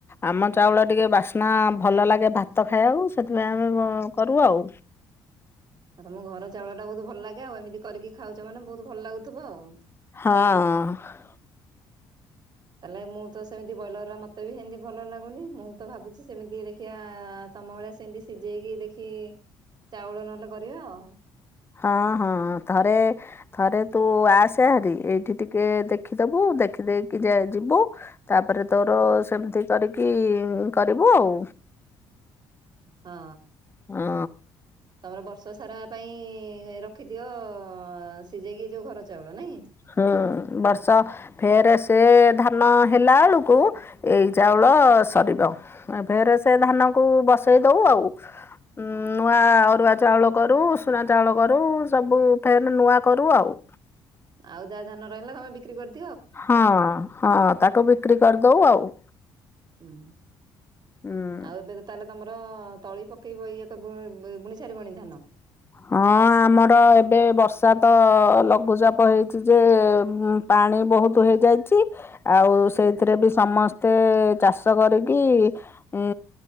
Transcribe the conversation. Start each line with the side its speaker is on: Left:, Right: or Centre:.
Left: ଆମ ଚାଉଳ ଟିକେ ବାସ୍ନା ଭଲ ଲାଗେ ଭାତ ଖାଇବାକୁ ସେଥିପାଇଁ ଆମେ ବ କରୁ ଆଉ।
Right: ଆଉ ତମ ଘର ଚାଉଳ ଟା ବହୁତ ଭଲ ଲାଗେ ଆଉ ଏମିତି କରିକି ଖାଉଛ ମାନେ ବହୁତ ଭଲ ଲାଗୁଥିବ ଆଉ।
Left: ହଁ।
Right: ତାହେଲେ ମୁଁ ତ ସେମିତି ବଏଲର ମତେ ବି ସେମିତି ଭଲ ଲାଗୁନି ମୁଁ ତ ଭାବୁଛି ସେମିତି ଦେଖି ଦେଖିଆ ତମ ଭଳିଆ ସେମିତି ସିଝେଇକି ଦେଖି ଚାଉଳ ନହେଲେ କରିବା ଆଉ।
Left: ହଁ ହଁ ଥରେ ଥରେ ତୁ ଆସେ ହେରି ଏଇଠି ଟିକେ ଦେଖିଦବୁ। ଦେଖିଦେଇକି ଯା ଯିବୁ ତାପରେ ତୋର ସେମିତି କରିକି କରିବୁ ଆଉ।
Right: ହଁ
Left: ହଁ।
Right: ତମର ବର୍ଷ ସାରା। ପାଇଁ ରଖିଦିଅ ସିଝେଇକି ଯୋଉ ଘର ଚାଉଳ ନାଇଁ?
Left: ହଁ ବର୍ଷ ଫେରେ ସେ ଧାନ ହେଲା ବେଳୁକୁ। ଏଇ ଚାଉଳ
Right: ହୁଁ
Left: ସରିବ ଏ ଫେରେ ସେ ଧାନକୁ ବସେଇ ଦଉ ଆଉ। ଉଁ ନୂଆ ଅରୁଆ ଚାଉଳ କରୁ ଉଷୁନା ଚାଉଳ କରୁ ସବୁ ଫେର ନୂଆ କରୁ ଆଉ।
Right: ଆଉ ଯାହା ଧାନ ରହିଲା ସବୁ ଡିକ୍ରି କରିଦେ
Left: ହଁ ହଁ ତାକୁ ବିକ୍ରି କରିଦୋଉ ଆଉ।
Right: ହୁଁ
Left: ହୁଁ।
Right: ଆଉ ଏବେ ତାହେଲେ ତମର ତଳି ପକେଇବ ଇଏ ଏକ ବୁଣି ସାରିବଣି ଧାନ?
Left: ହଁ ଆମର ଏବେ ବର୍ଷା ତ ଲଘୁଚାପ ହେଇଛି ଯେ ପା ପାଣି ବୋହୁତ ବୋହୁତ ଆଉଚି ଆଉ ସେଇଥିରେ ଵି ସମସ୍ତେ ଚାଷ କରିକି ଉଁ